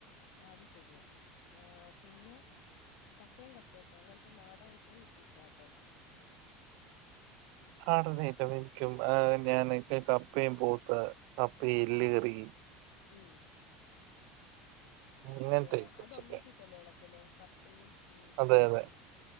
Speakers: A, on the left; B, on the right.
A: അത് ശരിയാ ആഹ് പിന്നെ ചക്കയും കപ്പയൊക്കെ അങ്ങൻത്തെ നാടൻ ഐറ്റം ഇഷ്ടാട്ടോ
B: ആടനായിട്ട് എനിക്കും ആഹ് ഞാൻ എനിക്കും കപ്പയും പോത്ത് കപ്പ എല്ല് കറി
A: ഉം
B: അങ്ങനത്തെ
A: ആഹ് അതൊന്നിച്ചിട്ടല്ലേ
B: ഒക്കെ
A: ഇളക്ക്ന്ന് കപ്പയും ഉം
B: അതെ
A: എല്ലും
B: അതെ